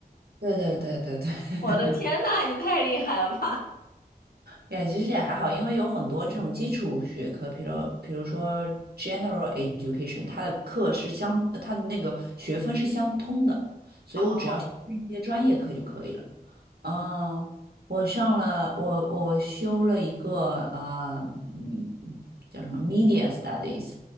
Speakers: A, on the right (about 75°); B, on the left (about 65°).
A: 对对对对对。<laughs>
B: 我的天呐，你太厉害了吧！
A: 也其实也还好，因为有很多这种基础学科，比如比如说 general education，它的课是相，它的那个学分是相通的，所以我只要修一些专业课就可以了。
B: 哦，
A: 啊、我上了，我我修了一个啊，嗯，叫什么 media studies，